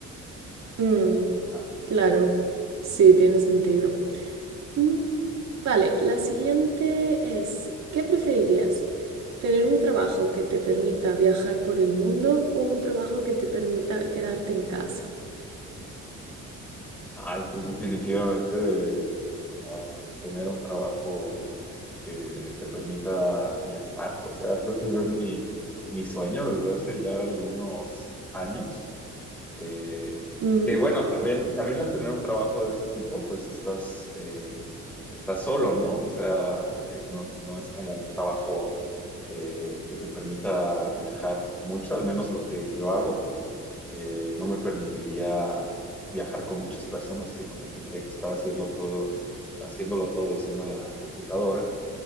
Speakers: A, on the right (about 60°); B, in the centre.
A: Mm,
B: Ajá.
A: claro, sí, tiene sentido. Mm, vale, la siguiente es, ¿qué preferirías? Tener un trabajo que te permita viajar por el mundo o un trabajo que te permita quedarte en casa.
B: Ay, pues definitivamente ah, tener un trabajo que te permita viajar, o sea, creo que es mi, mi sueño desde hace ya algunos años. Eh,
A: Ujú,
B: que bueno, también, también al tener un trabajo de ese tipo, pues estás, eh, estás solo, ¿no? O sea, eh, no, no es como un trabajo eh, que te permita viajar mucho, al menos lo que yo hago eh, no me permitiría viajar con muchas personas, sino que tendría que estar haciéndolo todo, haciéndolo todo desde una computadora.